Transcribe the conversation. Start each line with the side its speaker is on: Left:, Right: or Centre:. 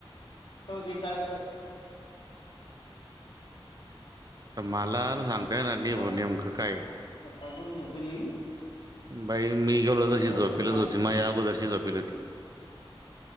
Left: हो काय?
Right: मला सांगता येणार नाही
Left: बाप
Right: बा नेमकं काय?
Left: सकाळपासून झोपलंय की?
Right: बाई मी गेलो तशी
Left: झोपली
Right: झोपेलच
Left: मला
Right: होती
Left: ती
Right: माझ्या अगोदरशी झोपेली होती.